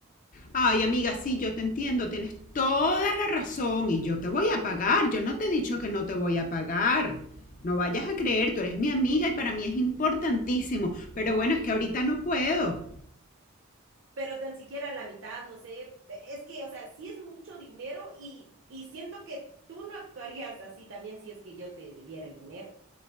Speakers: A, on the left; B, on the right.
A: Ay, amiga, sí, yo te entiendo, tienes toda la razón y yo te voy a pagar. Yo no te he dicho que no te voy a pagar. No vayas a creer, tú eres mi amiga y para mí es importantísimo. Pero bueno, es que ahorita no puedo.
B: Pero tan siquiera la mitad, no sé, es que, o sea, sí es mucho dinero y, y siento que tú no actuarías así también si es que yo te debiera el dinero.